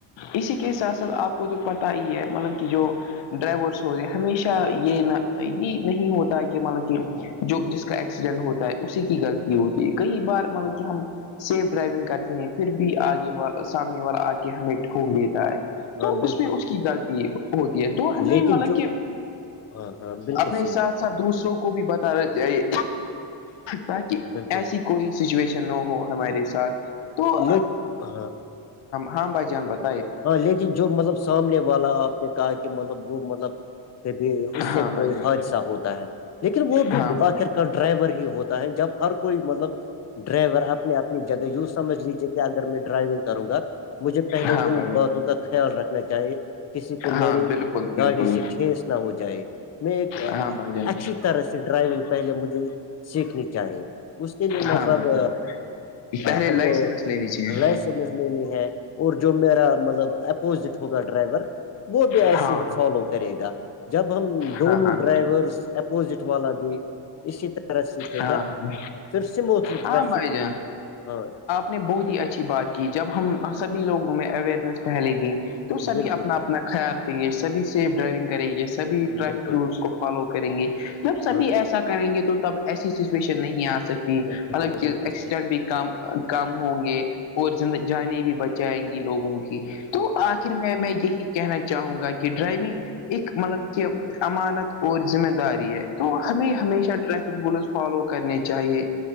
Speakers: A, on the left; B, on the left.
A: اسی کے ساتھ ساتھ آپ کو تو پتا ہی ہے مطلب کہ جو ڈرائیور س ہو رہے ہمیشہ یہ نہ یہ نہیں ہوتا کہ مطلب کہ جو جس کا ایکسیڈنٹ ہوتا ہے اسی کی غلطی ہوتی ہے کئی بار مطلب کہ ہم سیف ڈرائیونگ کرتے ہیں پھر بھی آگے وال سامنے والا آ کے ہمیں ٹوک دیتا ہے تو
B: ہاں بالکل
A: اس میں اس کی غلطی ہوتی ہے تو ہمیں
B: لیکن
A: مطلب
B: جو
A: کہ
B: ہاں ہاں بالکل
A: اپنے
B: صحیح
A: ساتھ ساتھ دوسروں کو بھی بتاا جیے تاکہ
B: بالکل
A: ایسی کوئی سچویشن نہ ہو ہمارے ساتھ تو
B: ل ہاں
A: ہاں بھائی جان بتا
B: ہاں لیکن جو مطلب سامنے والا آپ نے کہا کہ مطلب وہ مطلب کہ اس سے
A: ہاں بھائی
B: کوئی
A: جان
B: حادثہ ہوتا ہے لیکن وہ بھی
A: ہاں بھائی
B: آخر کا ڈرائیور ہی ہوتا ہے جب ہر کوئی مطلب ڈرائیور اپنی اپنی جگہ یوں سمجھ لیجیے کہ اگر میں ڈرائیونگ کروں گا مجھے پہلے
A: ہاں
B: ان
A: بھائی جان
B: باتوں کا خیال رکھنا چاہیے کسی کو میری
A: ہاں بالکل بالکل
B: گاڑی سے ٹھیس نہ ہو جائے میں ایک
A: ہاں بھائی جان
B: اچھی طرح سے ڈرائیونگ پہلے مجھے سیکھنی چاہیے اس کے بھیے
A: ہاں
B: مطلب
A: بھائی جان پہلے
B: ہم
A: لائسنس
B: نے
A: لینی چاہیے
B: لیس لینی ہے اور جو میرا مطلب اپوزٹ ہوگا ڈرائیور وہ بھی ایسے
A: ہاں
B: ہی
A: بھائی
B: فالو کرے گا جب ہم دونوں
A: ہاں ہاں
B: ڈرائیور اپوزٹ والا دی اسی طرح سیککھے
A: ہاں
B: گا
A: ہاں
B: پھر سموتھلی
A: ہاں
B: ٹریفک
A: بھائی جان
B: ہاں
A: نے بہت ہی اچھی بات کی جب ہم سبھی لوگوں میں اویئرنیس پھیلے گئے تو سبھی
B: بالکل
A: اپنا اپنا خیال رکھیں گے سبھی سیف ڈرائیونگ کریں گی سبھی ٹریفک
B: بالکل
A: رولس کو فالو کریں گے مطلب سبھی
B: ہاں
A: ایسا کریں گے تو تب ایسی سچویشن نہیں آ سکتی
B: بالکل
A: مطلب کہ
B: بالکل
A: ایکسیڈنٹ بھی کم کم ہوں گے اور زند جانے بھی بچائیں گی لوگوں کی تو آ میں میں یہی کہنا چاہوں گا کہ ڈرائیونگ ایک مطلب امانت اور ذمہ داری ہے تو ہمیں ہمیشہ ٹریفک رولس فالو کرنی چاہیے